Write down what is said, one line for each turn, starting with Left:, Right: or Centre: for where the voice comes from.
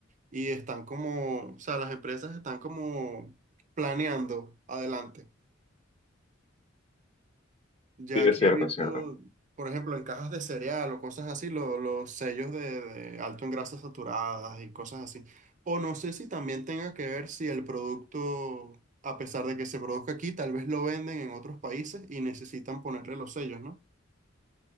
Right: y están como, o sea, las empresas están como planeando adelante. Ya
Left: Sí,
Right: aquí
Left: es cierto,
Right: he visto,
Left: es cierto.
Right: por ejemplo, en cajas de cereal o cosas así, lo- los sellos de, de alto en grasas saturadas y cosas así. O no sé si también tenga que ver si el producto, a pesar de que se produzca aquí, tal vez lo venden en otros países y necesitan ponerle los sellos, ¿no?